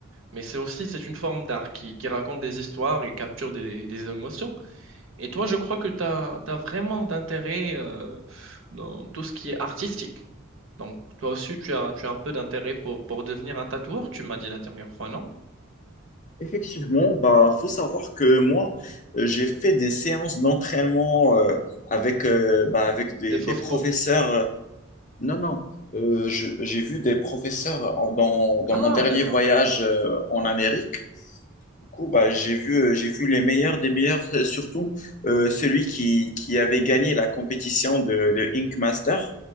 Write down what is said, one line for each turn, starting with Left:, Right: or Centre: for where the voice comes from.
Right: mais c'est aussi c'est une forme d'art qui, qui raconte des histoires et capture des des émotions. Et toi, je crois que tu as, vraiment d'intérêt euh, dans tout ce qui est artistique. Donc, toi aussi, tu as, tu as un peu d'intérêt pour, pour devenir un tatoueur, tu m'as dit la dernière fois, non?
Left: Effectivement, bah faut savoir que moi, euh, j'ai fait des séances d'entraînement euh, avec, euh, bah, avec des,
Right: Des fausses
Left: des professeurs.
Right: peaux.
Left: euh, Non, non, euh, je- j'ai vu des professeurs en- dans, dans
Right: Ah,
Left: mon dernier
Right: d'accord.
Left: voyage euh, en Amérique. Du coup, bah, j'ai vu, euh, j'ai vu les meilleurs des meilleurs, euh, surtout euh, celui qui, qui avait gagné la compétition de, de Ink Master.